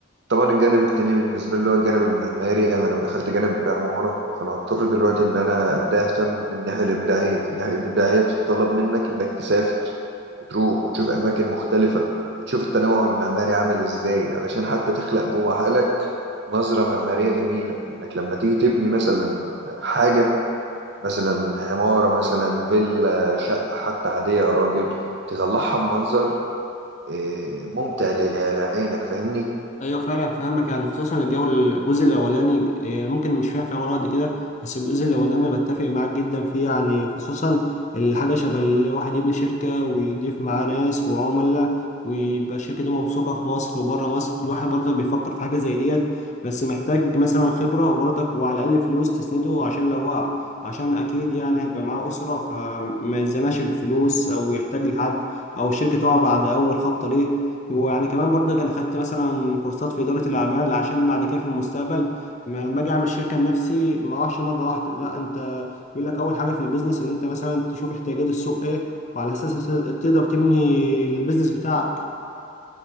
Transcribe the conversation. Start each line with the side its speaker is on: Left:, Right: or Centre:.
Right: طبعا الجانب التاني بالنسبة لي اللي هو الجانب المعماري أنا لو دخلت جانب عمارة فأنا هضطر دلوقتي إن أنا أبدأ أهتم بالناحية الإبداعية فالناحية الإبداعية بتتطلب منك إنك تسافر وتروح وتشوف أماكن مختلفة وتشوف التنوع المعماري عامل إزاي علشان حتى تخلق جوه عقلك نظرة معمارية جميلة إنك لما تيجي تبني مثلا حاجة مثلا عمارة مثلا فيلا شقة حتى عادية يا راجل تطلعها بمنظر آه، ممتع لعينك فاهمني
Left: ايوه فعلا فاهمك يعني خصوصا الجو الجزء الاولاني إيه، ممكن مش فاهم فيه ولا قد كده بس الجزء الاولاني انا بتفق معاك جدا فيه يعني خصوصا الحاجه شبه الواحد يبني شركه ويضيف معاه ناس وعملاء ويبقى الشركه دي موثوقه في مصر وبره مصر الواحد برضك بيفكر في حاجه زي ديت بس محتاج مثلا خبره وبرضك وعلى الاقل فلوس تسنده عشان لو وقع عشان اكيد يعني هيبقى معاه اسره فما يتزنقش بالفلوس او يحتاج لحد او الشركه تقع بعد اول خبطه ليه ويعني كمان برضه كان خدت مثلا كورسات في إدارة الأعمال عشان بعد كده في المستقبل ما ما أجي أعمل شركة لنفسي ما أروحش مرة واحدة لا أنت بيقول لك أول حاجة في البيزنس إن أنت مثلا تشوف احتياجات السوق إيه وعلى أساس تقدر تبني البيزنس بتاعك